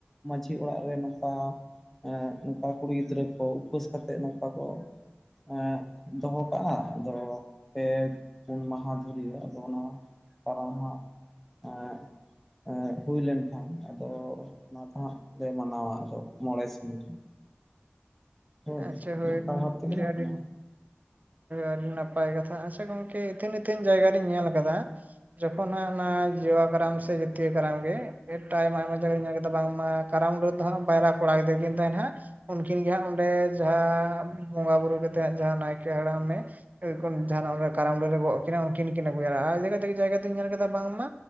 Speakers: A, in the centre; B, on the right.
A: ᱢᱟᱺᱡᱷᱤ ᱚᱲᱟᱜ ᱨᱮ ᱱᱚᱝᱠᱟ, ᱮᱸᱜ ᱱᱚᱝᱠᱟ ᱠᱩᱲᱤ ᱜᱤᱫᱽᱨᱟᱹ ᱠᱚ ᱩᱯᱟᱹᱥ ᱠᱟᱛᱮᱫ ᱱᱚᱝᱠᱟ ᱠᱚ, ᱮᱸᱜ ᱫᱚᱦᱚ ᱠᱟᱜᱼᱟ ᱟᱫᱚ ᱯᱮ ᱯᱩᱱ ᱢᱟᱦᱟ ᱫᱷᱚᱨᱤᱭᱟᱹ ᱟᱫᱚ ᱚᱱᱟ ᱠᱟᱨᱟᱢ ᱦᱟᱸᱜ ᱮᱸᱜ ᱮᱸᱜ ᱦᱩᱭ ᱞᱮᱱ ᱠᱷᱟᱱ ᱟᱫᱚ ᱚᱱᱟ ᱫᱚ ᱦᱟᱸᱜ ᱞᱮ ᱢᱟᱱᱟᱣᱟ ᱟᱫᱚ ᱢᱚᱬᱮ ᱥᱤᱧ ᱨᱮ᱾ ᱦᱳᱭ,
B: ᱟᱪᱪᱷᱟ ᱦᱳᱭ
A: ᱱᱚᱝᱠᱟ
B: ᱜᱚᱝᱠᱮ
A: ᱵᱷᱟᱵᱽ ᱛᱮᱜᱮᱞᱮ
B: ᱟᱹᱰᱤ
A: ᱢᱟᱱᱟᱣᱟ᱾
B: ᱟᱹᱰᱤ ᱱᱟᱯᱟᱭ ᱠᱟᱛᱷᱟ ᱟᱪᱪᱷᱟ ᱜᱚᱝᱠᱮ ᱤᱛᱷᱤᱱ ᱤᱛᱷᱤᱱ ᱡᱟᱭᱜᱟ ᱨᱤᱧ ᱧᱮᱞ ᱟᱠᱟᱫᱟ᱾ ᱡᱚᱠᱷᱚᱱ ᱦᱟᱸᱜ ᱚᱱᱟ ᱡᱚᱣᱟ ᱠᱟᱨᱟᱢ ᱥᱮ ᱡᱤᱛᱭᱟᱹ ᱠᱟᱨᱟᱢ ᱜᱮ ᱯᱷᱮᱴ ᱴᱟᱭᱚᱢ ᱟᱭᱢᱟ ᱡᱟᱜᱟ ᱨᱮᱧ ᱧᱮᱞ ᱠᱮᱫᱟ ᱵᱟᱝᱢᱟ ᱠᱟᱨᱟᱢ ᱨᱮ ᱫᱚᱦᱟᱸᱜ ᱯᱟᱭᱨᱟ ᱠᱚᱲᱟ ᱜᱤᱫᱨᱟᱹ ᱠᱤᱱ ᱛᱟᱦᱮᱸ ᱱᱟᱦᱟᱸᱜ᱾ ᱩᱱᱠᱤᱱ ᱜᱮ ᱦᱟᱸᱜ ᱚᱸᱰᱮ ᱡᱟᱦᱟᱸ ᱵᱚᱸᱜᱟ ᱵᱩᱨᱩ ᱠᱟᱛᱮᱜ ᱦᱟᱸᱜ ᱡᱟᱦᱟᱸ ᱱᱟᱭᱠᱮ ᱦᱟᱲᱟᱢ ᱢᱮ ᱮ ᱡᱟᱦᱟᱱᱟᱜ ᱠᱟᱨᱟᱢ ᱰᱟᱹᱨᱮ ᱜᱚᱜ ᱟᱹᱠᱤᱱᱟ ᱩᱱᱠᱤᱱ ᱠᱤᱱ ᱟᱹᱜᱩᱭᱟ ᱟᱨ ᱡᱟᱭᱜᱟ ᱜᱮ ᱡᱟᱭᱜᱟ ᱛᱮᱧ ᱧᱮᱞ ᱠᱟᱫᱟ ᱵᱟᱝᱢᱟ,